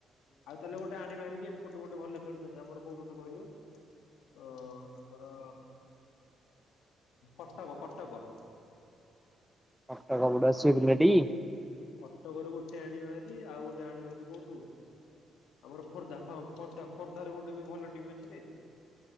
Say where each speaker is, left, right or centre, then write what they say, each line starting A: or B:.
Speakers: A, on the left; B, in the centre.
A: ଆଉ ତାହେଲେ ଗୋଟେ ଆଣିବ ବାହାରିକି ଏପଟୁ ଗୋଟେ ଭଲ ଖେଳଛନ୍ତି ଆମର କୋଉ ପଟେ କହିଲୁ ତ ଆମର କଟକ କଟକ
B: ପାଟା କାମଡାଛି ପିଲଟି
A: କଟକରୁ ଗୋଟେ ଆଣ ବାହାରି ଆଉ ଗୋଟେ ଆଣ ବାହାରି କୋଉଠୁ ଆମର ଖୋର୍ଦ୍ଧା ହ ଖୋର୍ଦ୍ଧା ଖୋର୍ଦ୍ଧାରେ ଗୋଟେ ବି ଭଲ ଟିମ୍ ଅଛି